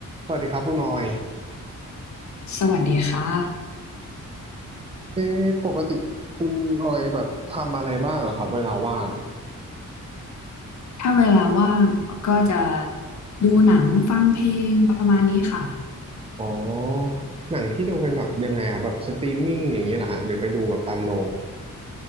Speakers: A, on the right (about 20°); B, on the left (about 60°).
A: สวัสดีครับคุณออย
B: สวัสดีค่ะ
A: เอ๊ะปกติคุณออยแบบทำอะไรบ้างเหรอครับเวลาว่าง
B: ถ้าเวลาว่างก็จะดูหนังฟังเพลงประมาณนี้ค่ะ
A: อ๋อหนังที่ดูเป็นแบบยังไงครับแบบสตรีมมิ่งอย่างนี้เหรอฮะหรือไปดูแบบตามโรง